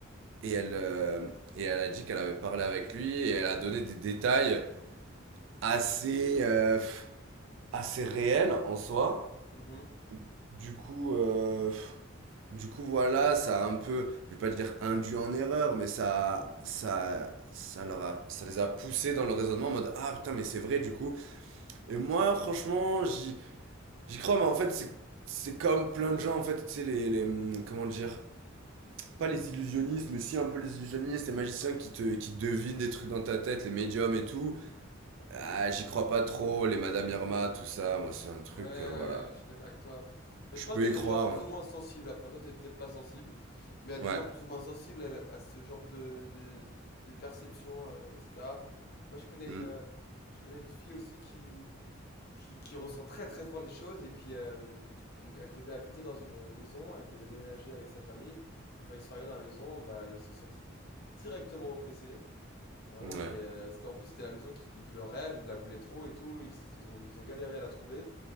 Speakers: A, on the right; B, on the left.
A: et, elle, euh, et elle a dit qu'elle avait parlé avec lui et elle a donné des détails assez, euh, assez réels en soi.
B: Mhm.
A: Du coup, euh, du coup, voilà, ça a un peu, je vais pas dire induit en erreur, mais ça, ça, ça leur a, ça les a poussés dans le raisonnement en mode, ah putain, mais c'est vrai, du coup. Et moi, franchement, j'y, j'y crois, mais en fait, c'est, c'est comme plein de gens, en fait, tu sais, les, les, hum, comment dire, pas les illusionnistes, mais si un peu les illusionnistes, les magiciens qui te, qui devinent des trucs dans ta tête, les médiums et tout. Ah, j'y crois pas trop, les Madame Irma, tout ça, moi, c'est un truc,
B: Ouais, ouais,
A: euh, voilà.
B: ouais, je suis d'accord avec toi. Mais
A: Je
B: je pense
A: peux
B: qu'il y a
A: y
B: des
A: croire,
B: gens plus ou moins sensibles. Après, toi, t'es peut-être pas sensible, mais il y a des
A: ouais. Ouais.
B: gens plus ou moins sensibles à, à ce genre de, de, de perception, euh, etc. Moi, je connais
A: Hmm.
B: une, euh, je connais une fille aussi qui, qui, qui ressent très très fort les choses. Et puis, euh, elle devait habiter dans une maison, elle devait déménager avec sa famille. Et quand ils sont arrivés dans la maison, bah, elle s'est sentie directement oppressée. Vraiment,
A: Ouais.
B: mais euh, c'était en plus, c'était la maison qui, de leur rêve, ils la voulaient trop et tout. Ils, ils ont, ils ont galéré à la trouver. Et